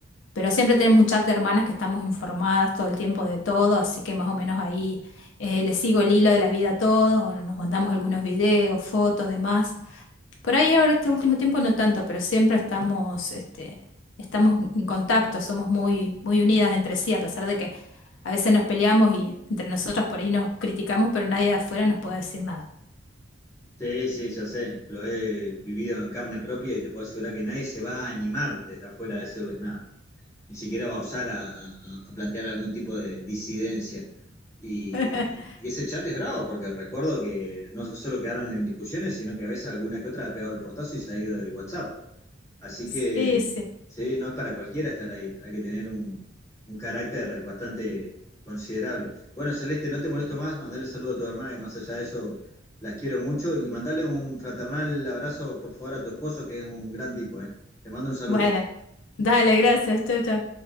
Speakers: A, on the left (about 80°); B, on the left (about 15°).
A: Pero siempre tenemos un chat de hermanas que estamos informadas todo el tiempo de todo, así que más o menos ahí eh, les sigo el hilo de la vida a todos, o nos mandamos algunos videos, fotos, demás. Por ahí ahora este último tiempo no tanto, pero siempre estamos, este, estamos en contacto, somos muy, muy unidas entre sí, a pesar de que a veces nos peleamos y entre nosotras por ahí nos criticamos, pero nadie de afuera nos puede decir nada.
B: Sí, sí, ya sé, lo he vivido en carne propia y te puedo asegurar que nadie se va a animar desde afuera a decirles nada, ni siquiera va a osar a, a- a plantear algún tipo de disidencia. Y,
A: <laughs>
B: y ese chat es bravo, porque recuerdo que no solo quedaron en discusiones, sino que a veces alguna que otra ha pegado el portazo y se ha ido del WhatsApp. Así
A: Sí,
B: que,
A: sí.
B: sí, no es para cualquiera estar ahí, hay que tener un, un carácter bastante considerable. Bueno, Celeste, no te molesto más, mandale saludo a tu hermana, que más allá de eso las quiero mucho, y mandale un fraternal abrazo, por favor, a tu esposo, que es un gran tipo, ¿eh? Te mando un saludo.
A: Bueno, dale, gracias. Chau, chau.